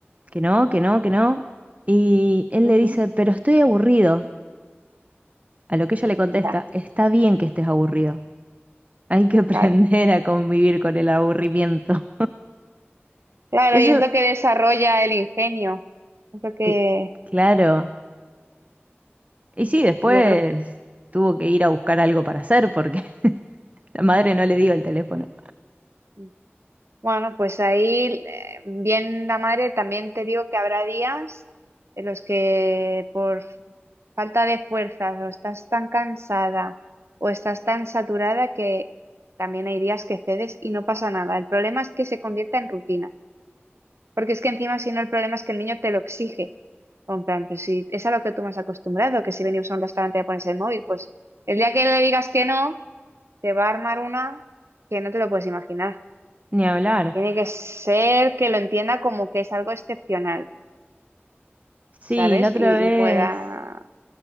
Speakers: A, on the right; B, on the right.
A: que no, que no, que no. Y él
B: Ujú.
A: le dice, pero estoy aburrido. A lo que ella le contesta,
B: Ya,
A: está bien que estés aburrido. Hay que <laughs> aprender
B: claro.
A: a convivir con el aburrimiento.
B: Claro,
A: <laughs> Eso,
B: y es lo que desarrolla el ingenio. Es lo que
A: que, claro. Y sí, después
B: yo creo.
A: tuvo que ir a buscar algo para hacer porque <laughs> la madre no le dio el teléfono.
B: mm, Bueno, pues ahí, eh, bien la madre, también te digo que habrá días en los que por falta de fuerzas o estás tan cansada o estás tan saturada que también hay días que cedes y no pasa nada. El problema es que se convierta en rutina. Porque es que encima, si no, el problema es que el niño te lo exige. O En plan, pues si es a lo que tú me has acostumbrado, que si venimos a un restaurante a pones el móvil, pues el día que le digas que no, te va a armar una que no te lo puedes imaginar.
A: Ni hablar.
B: Tiene que ser que lo entienda como que es algo excepcional,
A: Sí,
B: ¿sabes?
A: la otra
B: Y,
A: vez,
B: y pueda